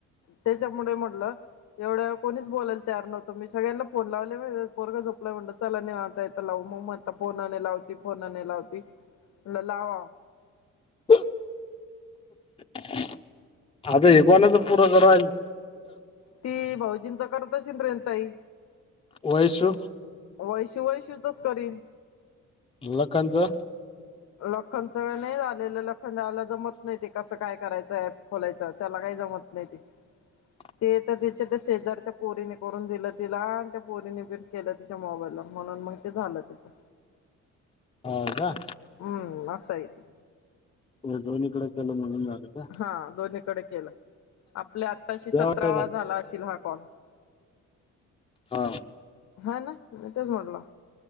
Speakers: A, on the left; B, on the left.
A: त्याच्यामुळे म्हटलं एवढ्या कोणीच बोलायला तर नव्हतं मी सगळ्यांना फोन लावले पोगं झोपला म्हणत चला निवांत आहे त लावू मग म्हंता फोन नाही लावती फोन नाही लावती म लावाव.
B: हो आता हे कोणाच पुरच राहिल
A: ती भाऊजींचा करता शिंद्रेन ताई
B: वयसू
A: वैश वैशूचाच करीन.
B: लखनचा
A: लखनच नाही झालेलं, लखनाला जमत नाही ते कसं काय करायचं ऍप खोलायचं त्याला काही जमत नाही ते.
B: <unintelligible>
A: ते तर तिच्या त्या शेजारच्या पोरीने करून दिलं तिला आणि त्या पोरीने पण केलं ती च्या मोबाईला म्हणून मग ते झालं तिचं.
B: हो का?
A: हम्म असंय ते.
B: दोनीकडं केलं म्हणून झालं. का?
A: हा दोन्हीकडे केलं, आपल्या आताशी सतरावा
B: जेवायला
A: झाला अशील हा कॉल.
B: हा.
A: हा ना मी तेच म्हटलं.